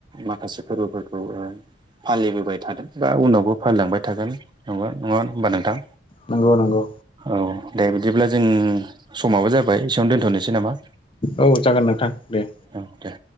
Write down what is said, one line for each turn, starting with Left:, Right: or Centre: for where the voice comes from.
Right: माखासे फोरबोफोरखौ फालिबोबाय थादों बा उनावबो फालिलांबाय थागोन ना नङा होमबा नोंथां?
Left: नंगौ नंगौ।
Right: औ दे बिदिब्ला जों समाबो जाबाय एसेयावनो दोन्थ'नोसै नामा?
Left: औ जागोन नोंथां दे।
Right: औ दे।